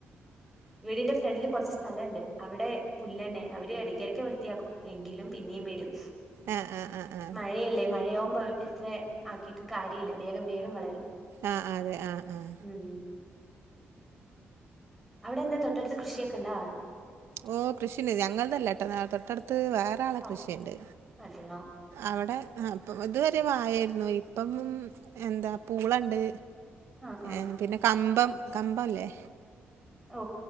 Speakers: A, in the centre; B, on the right (about 80°).
A: വീടിന്റെ ഫ്രണ്ടില് കുറച്ച് സ്ഥലംണ്ട് അവിടെ പുല്ലന്നെ അവര് ഇടക്കിടക്ക് വൃത്തിയാക്കും എങ്കിലും പിന്നെയും വരും
B: ആ ആ ആ
A: മഴയല്ലേ മഴയാകുമ്പോ അത്ര ആക്കിയിട്ടും കാര്യമില്ല വേഗം വേഗം വളരും
B: ആഹ്ആഹ് അതെ ആഹ് ആഹ
A: ഉം ഉം അവിടെ ന്ത തൊട്ടടുത്ത് കൃഷിയൊക്കെണ്ടാ
B: ഓ കൃഷിയണ്ട് ഞങ്ങൾ തല്ല ട്ടോ തൊട്ടടുത്ത് വേറെ ആളുടെ
A: ഓ
B: കൃഷിയുണ്ട്
A: അതെയോ
B: അവിടെ അപ്പൊ ഇതുവരെ വായായിരുന്നു ഇപ്പം എന്താ പൂളുണ്ട്
A: ആ ആ
B: ഏ പിന്നെ കമ്പം കമ്പംല്ലേ
A: ഓ